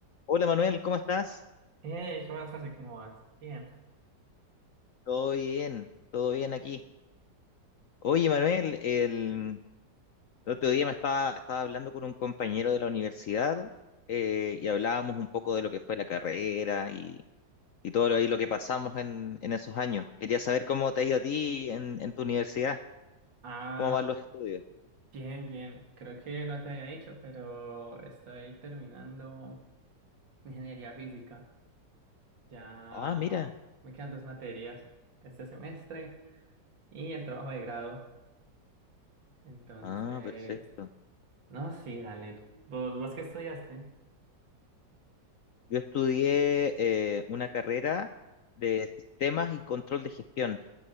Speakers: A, on the left; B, on the right.
A: Hola Manuel, ¿cómo estás?
B: Hey, ¿qué más, parce? ¿Cómo vas? Bien.
A: Todo bien, todo bien aquí. Oye Manuel, el, el otro día me estaba, estaba hablando con un compañero de la universidad eh, y hablábamos un poco de lo que fue la carrera y, y todo lo, ahí lo que pasamos en, en esos años. Quería saber cómo te ha ido a ti en, en tu universidad,
B: Ah,
A: cómo van los estudios.
B: bien, bien. Creo que no te había dicho, pero estoy terminando ingeniería física. Ya
A: Ah, mira.
B: me quedan dos materias este semestre y el trabajo de grado. Entonces,
A: Ah, perfecto.
B: no, sí, dale. ¿Vos, vos qué estudiaste?
A: Yo estudié eh, una carrera de sistemas y control de gestión.